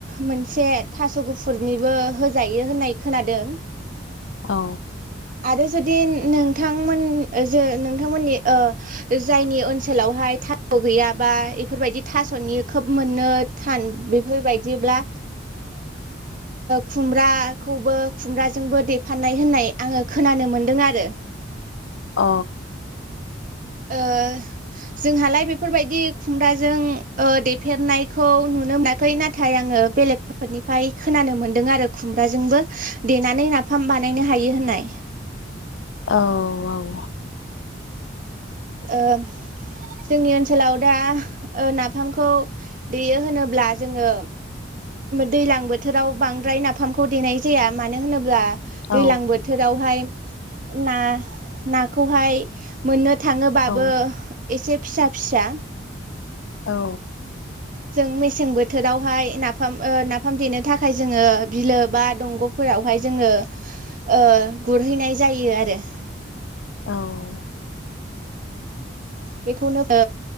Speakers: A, on the right (about 45°); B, on the left (about 75°).
A: मोनसे थास' गुफुरनिबो होजायो होननाय खोनादों
B: औ
A: आरो जुदि नोंथांमोन जो नोंथांमोननि ओ जायनि ओनसोलावहाय थास'गैया बा बेफोरबायदि थास'नि खोब मोननो थान बेफोरबायदिब्ला खुमब्राखौबो खुमब्राजोंबो देफाननाय होननाय आङो- खोनानो मोन्दों आरो।
B: अ
A: ओ जोंहालाय बेफोरबायदि खुमब्राजों देफेरनायखौ नुनो मोनाखै नाथाय आङो बेलेगफोरनिफ्राय खोनानो मोनदों आरो खुमब्राजोंबो देनानै नाफाम बानायनो हायो होननाय।
B: औ औ
A: ओ जोंनि ओनसोलाव दा नाफामखौ देयो होनोब्ला जोङो- दैलां बोथोराव बांद्राय नाफामखौ देनाय जाया मानो होनोब्ला-
B: औ
A: दैलां बोथोरावहाय- ना नाखौहाय मोननो थाङोबाबो
B: औ
A: एसे- फिसा फिसा
B: औ
A: जों मेसें बोथोरावहाय नाफाम ओ नाफाम देनो थाखाय जोंङो बिलो बा दंगफोरावहाय जोंङो ओ गुरहैनाय जायो आरो।
B: औ
A: बेखौनो ओ